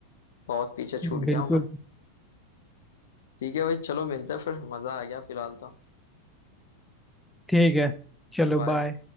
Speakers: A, on the left; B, in the centre.
A: बहुत पीछे छूट
B: बिल्कुल
A: गया हूँ मैं ठीक है भाई चलो मिलते हैं फिर मजा आ गया फिलहाल तो
B: ठीक है चलो
A: बाय
B: बाय